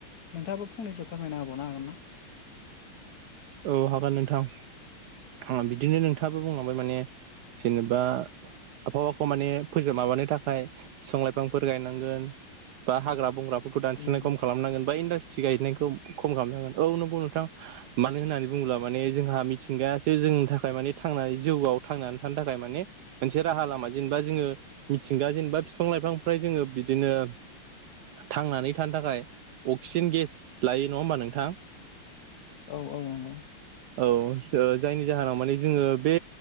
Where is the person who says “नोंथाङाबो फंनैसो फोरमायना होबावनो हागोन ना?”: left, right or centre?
Left